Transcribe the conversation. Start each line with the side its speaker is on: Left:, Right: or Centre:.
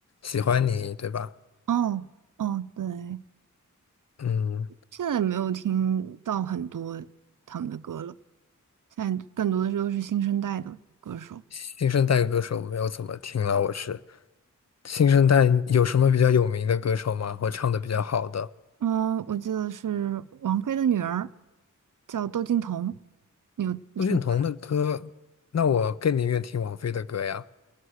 Left: 《喜欢你》，对吧？
Right: 哦哦，对，
Left: 嗯，
Right: 现在没有听到很多他们的歌了，现在更多的时候是新生代的歌手。
Left: 新生代歌手没有怎么听了，我是。新生代有什么比较有名的歌手吗？或唱的比较好的？
Right: 嗯，我记得是王菲的女儿叫窦靖童，你有听过？
Left: 陆俊彤的歌，那我更宁愿听王菲的歌呀。